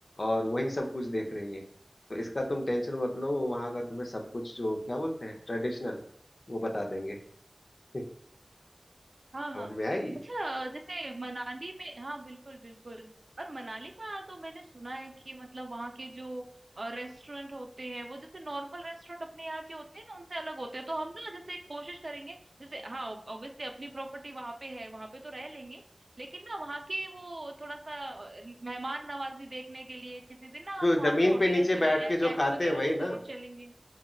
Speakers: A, on the left (about 75°); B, on the right (about 55°).
A: और वही सब कुछ देख रही है तो इसका तुम टेंशन मत लो वहाँ का तुम्हें सब कुछ जो क्या बोलते हैं ट्रेडिशनल वो बता देंगे <laughs>
B: हाँ
A: समझ
B: हाँ
A: में आई
B: अच्छा जैसे मनाली में हाँ बिल्कुल बिल्कुल और मनाली का तो मैंने सुना है कि मतलब वहाँ के जो रेस्टोरेंट होते हैं वो जैसे नॉर्मल रेस्टोरेंट अपने यहाँ के होते हैं ना उनसे अलग होते हैं तो हम ना जैसे कोशिश करेंगे जैसे हाँ ऑब्वियसली अपनी प्रॉपर्टी वहाँ पे है वहाँ पे तो रह लेंगे लेकिन ना वहाँ के वो थोड़ा सा अ, मेहमान नवाजी देखने के लिए किसी दिन ना हम
A: जो
B: वहाँ
A: जमीन
B: पे होटेल्स
A: पे नीचे
B: वगैरह
A: बैठ
B: या
A: के जो
B: कैफे
A: खाते
B: वगैरह
A: हैं वही
B: में जरूर
A: ना
B: चलेंगे